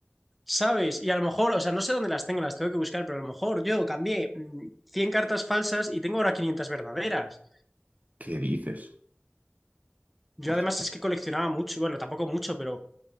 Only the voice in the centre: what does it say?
¿sabes? Y a lo mejor, o sea, no sé dónde las tengo, las tengo que buscar, pero a lo mejor yo cambié mm, 100 cartas falsas y tengo ahora 500 verdaderas.
Yo
además es que coleccionaba mucho, bueno, tampoco mucho, pero